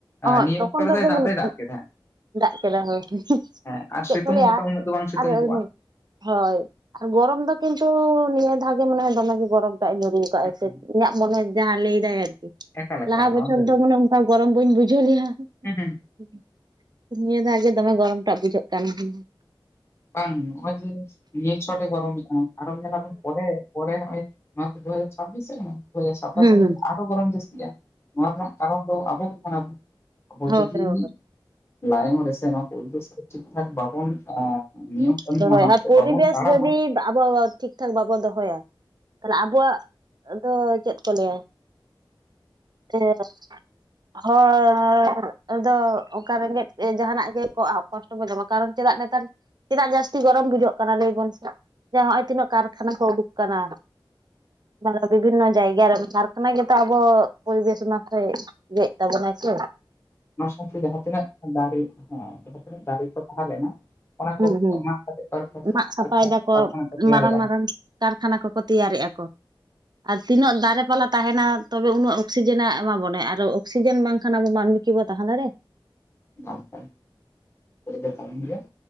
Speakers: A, on the right; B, on the left.
A: ᱚᱦᱚᱸᱜ
B: ᱱᱤᱭᱟᱹ
A: ᱛᱚᱠᱷᱚᱱ
B: ᱚᱠᱛᱚ ᱨᱮ ᱫᱚᱭ ᱫᱟᱜ
A: <unintelligible>
B: ᱠᱮᱫᱟ
A: ᱫᱟᱜ ᱠᱟᱫᱟ ᱦᱳᱭ,
B: ᱦᱮᱸ ᱟᱨ
A: ᱪᱮᱫ
B: ᱥᱤᱛᱩᱝ
A: ᱠᱚ ᱞᱟᱹᱭᱟ
B: ᱦᱚᱸ ᱚᱱᱠᱟ ᱩᱱᱟᱹᱜ ᱫᱚ ᱵᱟᱝ ᱥᱤᱛᱩᱝ
A: ᱟᱫᱚ ᱤᱧ
B: ᱠᱚᱜᱼᱟ
A: ᱦᱚᱧ ᱦᱳᱭ ᱟᱨ ᱜᱚᱨᱚᱢ ᱫᱚ ᱠᱤᱱᱛᱩ ᱱᱤᱭᱟᱹ ᱫᱷᱟᱣ ᱜᱮ ᱢᱟᱱᱮ ᱫᱚᱢᱮ ᱜᱮ ᱜᱚᱨᱚᱢ ᱴᱟᱜ ᱧᱩᱨᱩ ᱠᱟᱜᱼᱟ ᱥᱮ
B: ᱦᱮᱸ
A: ᱤᱧᱟᱹᱜ ᱢᱚᱱᱮ ᱡᱟᱦᱟᱸ ᱞᱟᱹᱭᱮᱫᱟᱭ ᱟᱨᱠᱤ ᱾
B: ᱮᱠᱟᱞ ᱮᱠᱟᱞ
A: ᱞᱟᱦᱟ ᱵᱚᱪᱷᱚᱨ
B: ᱱᱚᱣᱟ ᱥᱟᱹᱨᱤ
A: ᱫᱚ
B: ᱜᱮ
A: ᱢᱟᱱᱮ ᱚᱱᱠᱟ ᱜᱚᱨᱚᱢ ᱵᱟᱹᱧ ᱵᱩᱡᱷᱟᱹᱣ ᱞᱮᱜᱼᱟ
B: ᱦᱩᱸ ᱦᱩᱸ
A: ᱾ ᱱᱤᱭᱟᱹ ᱫᱷᱟᱣ ᱜᱮ ᱫᱚᱢᱮ ᱜᱚᱨᱚᱢ ᱴᱟᱜ ᱵᱩᱡᱷᱟᱹᱜ ᱠᱟᱱ ᱦᱮᱸ ᱾
B: ᱵᱟᱝ ᱱᱚᱜᱼᱚᱭ ᱡᱮ ᱱᱤᱭᱟᱹ ᱪᱷᱚᱴᱮ ᱜᱚᱨᱚᱢᱮᱫᱼᱟ, ᱟᱨᱚ ᱧᱮᱞ ᱟᱵᱚᱱ ᱯᱚᱨᱮ ᱯᱮᱨᱮ ᱦᱚᱸᱜᱼᱚᱭ ᱱᱚᱣᱟ ᱛᱚ ᱫᱩ ᱦᱟᱡᱟᱨ ᱪᱷᱟᱵᱤᱥ ᱠᱟᱱᱟ ᱫᱩ ᱦᱟᱡᱟᱨ ᱥᱟᱛᱟᱥ
A: ᱦᱩᱸ
B: ᱥᱚᱢᱚᱭ ᱫᱚ ᱟᱨ ᱜᱚᱨᱚᱢ ᱡᱟᱹᱥᱛᱤᱜᱼᱟ ᱾ ᱱᱚᱣᱟ ᱨᱮᱱᱟᱜ ᱠᱟᱨᱚᱱ ᱫᱚ ᱟᱵᱚ ᱜᱮ ᱠᱟᱱᱟ ᱵᱚᱱ, ᱟᱵᱚ
A: ᱦᱳᱭ
B: ᱡᱩᱫᱤ
A: ᱦᱳᱭ
B: ᱞᱟᱭᱚᱝ ᱨᱮ ᱥᱮ ᱱᱚᱣᱟ ᱯᱚᱨᱤᱵᱮᱥ ᱨᱮ ᱴᱷᱤᱠ ᱴᱷᱟᱠ ᱵᱟᱵᱚᱱ ᱟ ᱱᱤᱭᱚᱢ ᱠᱟᱹᱱᱩᱱ
A: ᱫᱚᱦᱚᱭ
B: ᱢᱟᱱᱟᱣ
A: ᱟᱨ
B: ᱠᱟᱛᱮᱫ
A: ᱯᱚᱨᱤᱵᱮᱥ
B: ᱵᱟᱵᱚᱱ ᱛᱟᱲᱟᱢᱟ
A: ᱡᱩᱫᱤ ᱟᱵᱚ ᱴᱷᱤᱠ ᱴᱷᱟᱠ ᱵᱟᱵᱚ ᱫᱚᱦᱚᱭᱟ ᱛᱟᱦᱞᱮ ᱟᱵᱚᱣᱟᱜ ᱫᱚ ᱪᱮᱫ ᱠᱚ ᱞᱟᱹᱭᱟ? <unintelligible> ᱦᱚᱻᱭ ᱟᱫᱚ ᱚᱱᱠᱟ ᱨᱮᱸᱜᱮᱡ ᱛᱮ ᱡᱟᱦᱟᱱᱟᱜ ᱜᱮ ᱠᱚᱨᱟᱣ ᱠᱚᱥᱴᱚ ᱠᱚ ᱧᱟᱢᱟ, ᱠᱟᱨᱚᱱ ᱪᱮᱫᱟᱜ ᱱᱮᱛᱟᱨ ᱪᱮᱫᱟᱜ ᱡᱟᱹᱥᱛᱤ ᱜᱚᱨᱚᱢ ᱵᱩᱡᱷᱟᱹᱜ ᱠᱟᱱᱟ? ᱞᱟᱹᱭ ᱵᱚᱱ ᱥᱮ ᱾ ᱡᱮ ᱱᱚᱜᱼᱭ ᱛᱤᱱᱟᱹᱜ ᱠᱟᱨᱠᱷᱟᱱᱟ ᱠᱚ ᱩᱰᱩᱠ ᱠᱟᱱᱟ ᱾ ᱡᱟᱦᱟ ᱨᱮ ᱵᱤᱵᱷᱤᱱᱱᱚ ᱡᱟᱭᱜᱟ ᱨᱮ ᱟᱨ ᱚᱱᱮ ᱜᱮᱛᱚ ᱟᱵᱚ ᱯᱚᱨᱤᱵᱮᱥ ᱢᱟᱥᱮᱭ ᱤᱭᱟᱹᱭᱮᱫ ᱛᱟᱵᱚᱱᱟᱭ ᱥᱮ ᱾
B: ᱚᱱᱟ ᱥᱟᱶᱛᱮ ᱡᱟᱦᱟᱸ ᱛᱤᱱᱟᱹᱜ ᱫᱟᱨᱮ ᱦᱮᱸ, ᱡᱟᱦᱟᱸ ᱛᱤᱱᱟᱹᱜ ᱫᱟᱨᱮ ᱠᱚ ᱛᱟᱦᱮᱸ ᱞᱮᱱᱟ ᱾ ᱚᱱᱟ
A: ᱦᱩᱸ
B: ᱠᱚ
A: ᱦᱩᱸ
B: ᱢᱟᱜ ᱠᱟᱛᱮ <unintelligible>
A: ᱢᱟᱜ ᱥᱟᱯᱷᱟᱭ ᱫᱟᱠᱚ
B: ᱠᱟᱨᱠᱷᱟᱱᱟ ᱠᱚ ᱛᱮᱭᱟᱨᱮᱜᱼᱟ
A: ᱢᱟᱨᱟᱝ ᱢᱟᱨᱟᱝ
B: ᱾
A: ᱠᱟᱨᱠᱷᱟᱱᱟ ᱠᱚᱠᱚ ᱛᱮᱭᱟᱨᱮᱜᱼᱟ ᱠᱚ ᱾ ᱟᱨ ᱛᱤᱱᱟᱹᱜ ᱫᱟᱨᱮ ᱯᱟᱞᱦᱟ ᱛᱟᱦᱮᱱᱟ ᱛᱚᱵᱮ ᱩᱱᱟᱹᱜ ᱚᱠᱥᱤᱡᱮᱱᱮ ᱮᱢᱟ ᱵᱚᱱᱟᱭ, ᱟᱨᱚ ᱚᱠᱥᱤᱡᱮᱱ ᱵᱟᱝᱠᱷᱟᱱ ᱟᱵᱚ ᱢᱟᱹᱱᱢᱤ ᱠᱤ ᱵᱚ ᱛᱟᱦᱮ ᱫᱟᱲᱮᱜᱼᱟ?
B: ᱵᱟᱝᱠᱷᱟᱱ <unintelligible> ᱫᱚ ᱛᱟᱦᱮᱱ ᱜᱮᱭᱟ,